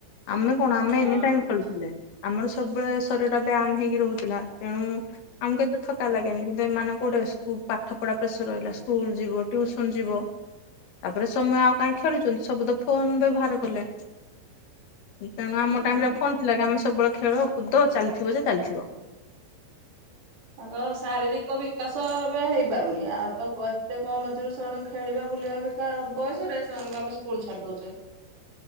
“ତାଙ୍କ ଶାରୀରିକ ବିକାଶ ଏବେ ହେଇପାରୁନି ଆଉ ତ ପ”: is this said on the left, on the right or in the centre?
Right